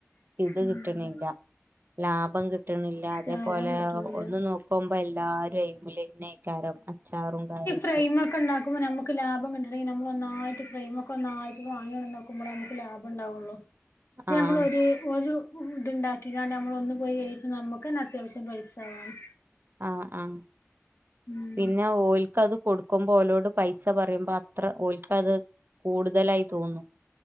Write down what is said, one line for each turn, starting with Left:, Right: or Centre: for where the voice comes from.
Right: ഇത്
Left: ഉം
Right: കിട്ട്ണില്ല ലാഭം കിട്ട്ണില്ല അതേപോലെ
Left: ലാഭം കിട്ടണില്ല
Right: ഒന്ന്‌ നോക് ക്കുമ്പോ എല്ലാരും ഐമൽ ത്ന്നെക്കാരം അച്ചാറും കാര്യം
Left: ഫ്രെയിമോക്കെണ്ടാക്കുമ്പോ നമു ക്ക് ലാഭം കിട്ടണെങ്കി നമ്മളൊന്നായിട്ട് ഫ്രൈമക്കൊന്നായിട്ട് വാങ്ങികൊണ്ടന്നു നോക്കുമ്പള ന്മുക്ക് ലാഭണ്ടാവുള്ളു മ
Right: ആഹ്
Left: <unintelligible> ഇത് ഒരു ഇതുണ്ടാക്കിക്കാണ്ട് നമ്മളൊന്ന്‌ പോയി എഴുതി നമുക്കന്നെ അത്യാവശ്യം പൈസ ആവാണ്
Right: ആ ആഹ്
Left: ഉം
Right: പിന്നെ ഓൽക്കത് കൊടുക് ക്കുമ്പോ ഓലോട് പൈസ പറയുമ്പൊ അത്ര ഓൽക്കത് കൂടുതലായി തോന്നും